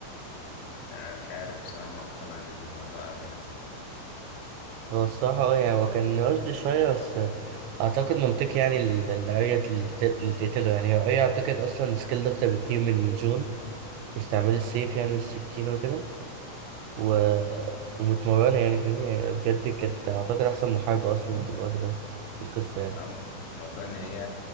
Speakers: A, on the left (about 75°); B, on the right (about 75°).
A: آه مش عارف بصراحة ما اقتنعتش بالموضوع أوي يعني
B: هو الصراحة اه يعني هو كان رشد شوية بس اعتقد منطقي يعني ال- الاريا اللي ت- اللي تقتله يعني هي اريا اعتقد اصلا سكيل اكتر بكتير من جون في استعمال السيف يعني والسكينة وكده و... ومتمرنة يعني فاهم يعني بجد كانت اعتقد احسن محاربة اصلا في الوقت ده في القصة يعني
A: أم- موضوع إن هي